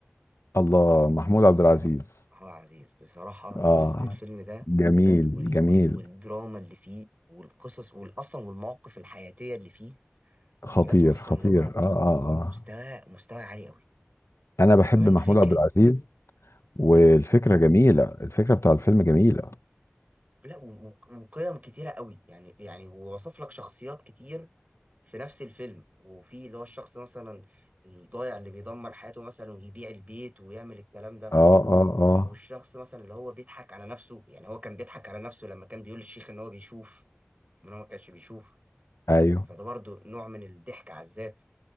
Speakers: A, on the left (about 80°); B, on the right (about 35°).
A: الله محمود عبد العزيز
B: لا، هو عزيز بصراحه
A: اه
B: قصه الفيلم ده
A: جميل
B: وال
A: جميل
B: وال والدراما اللي فيه والقصص واصلا والمواقف الحياتيه اللي فيه
A: خطير
B: حاجات اصلا
A: خطير
B: اللي هو
A: اه اه اه
B: مستوى مستوى عالي قوي
A: انا
B: وكمان
A: بحب محمود
B: فكره
A: عبد العزيز والفكره
B: لا هو
A: جميله الفكره بتاع الفيلم جميله
B: لا و- و- وقيم كتيره قوي يعني يعني ووصف لك شخصيات كتير في نفس الفيلم وفي اللي هو الشخص مثلا الضايع اللي بيدمر حياته مثلا ويبيع البيت ويعمل الكلام ده
A: اه اه اه
B: والشخص مثلا اللي هو بيضحك على نفسه يعني هو كان بيضحك على نفسه لما كان بيقول للشيخ ان هو بيشوف ان هو ما كانش بيشوف
A: ايوه
B: فده برضه نوع من الضحك على الذات